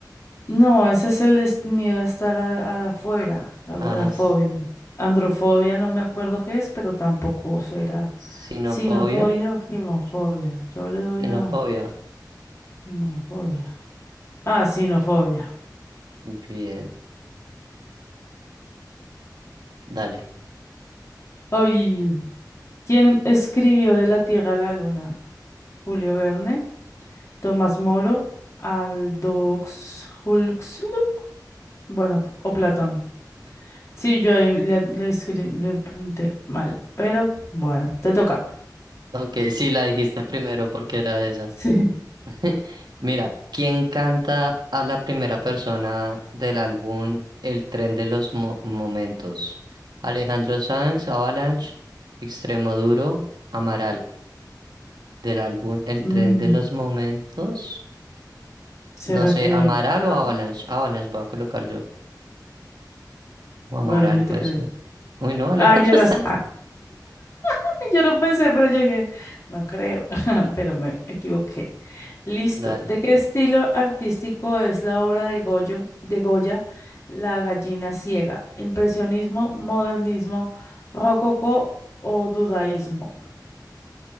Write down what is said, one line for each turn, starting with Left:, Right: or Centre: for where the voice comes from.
Left: No, ese es el des- miedo a estar a- a- afuera, agorafobia.
Right: As...
Left: Androfobia no me acuerdo qué es, pero tampoco será
Right: Sinofobia,
Left: sinofobia o gimofobia. Yo le doy
Right: sinofobia.
Left: a gimofobia. Ah, sinofobia.
Right: Bien, dale.
Left: Ay, ¿quién escribió De la Tierra a la Luna? Julio Verne. Tomás Moro, Aldo Huxley, bueno, o Platón. Sí, yo ahí le, le escribí, le pinté mal, pero bueno, te toca. <laughs>
Right: Ok, sí la dijiste primero porque era esa.
Left: Sí.
Right: <laughs> Mira, ¿quién canta a la primera persona del álbum El tren de los Mo- momentos? Alejandro Sanz, Avalanche, Extremoduro, Amaral. Del álbum El
Left: Mm,
Right: tren de los momentos.
Left: ¿será
Right: No sé,
Left: que...?
Right: Amaral
Left: Ah,
Right: o Avalanche. Avalanche voy a colocar yo. O Amaral
Left: bueno, yo
Right: puede
Left: te creo.
Right: ser. Uy, no, Alejandro
Left: Ah, y eras...
Right: <laughs> Sanz.
Left: <laughs> Yo lo pensé, pero yo dije, no creo, <laughs> pero me equivoqué. Listo.
Right: Dale.
Left: ¿De qué estilo artístico es la obra de Goyo, de Goya, La gallina ciega? ¿Impresionismo, modernismo, rococó o dudaísmo?